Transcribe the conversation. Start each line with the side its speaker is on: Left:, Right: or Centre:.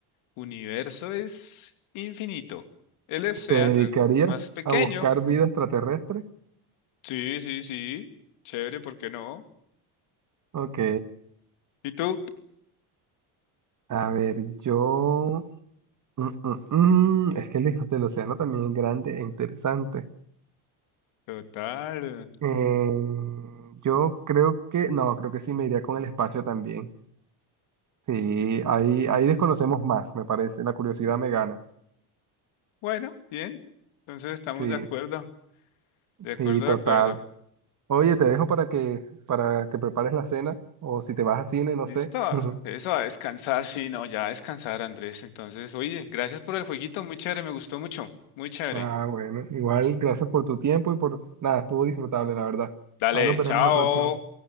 Left: universo es infinito. El océano
Right: ¿Te dedicarías
Left: es más pequeño.
Right: a buscar vida extraterrestre?
Left: Sí, sí, sí. Chévere, ¿por qué no?
Right: Ok.
Left: ¿Y tú?
Right: A ver, yo... Mm, mm, mm. Es que el hijo del océano también es grande e interesante.
Left: Total.
Right: Eh, yo creo que... No, creo que sí me iría con el espacio también. Sí, ahí, ahí desconocemos más, me parece. La curiosidad me gana.
Left: Bueno, bien. Entonces estamos
Right: Sí,
Left: de acuerdo. De
Right: sí,
Left: acuerdo,
Right: total.
Left: de acuerdo.
Right: Oye, te dejo para que, para que prepares la cena o si te vas a cine, no
Left: Listo.
Right: sé. <laughs>
Left: Eso, a descansar. Sí, no, ya a descansar, Andrés. Entonces, oye, gracias por el jueguito. Muy chévere, me gustó mucho. Muy chévere.
Right: Ah, bueno, igual gracias por tu tiempo y por nada, estuvo disfrutable, la verdad.
Left: Dale,
Right: Ahí nos veremos
Left: chao.
Right: la próxima.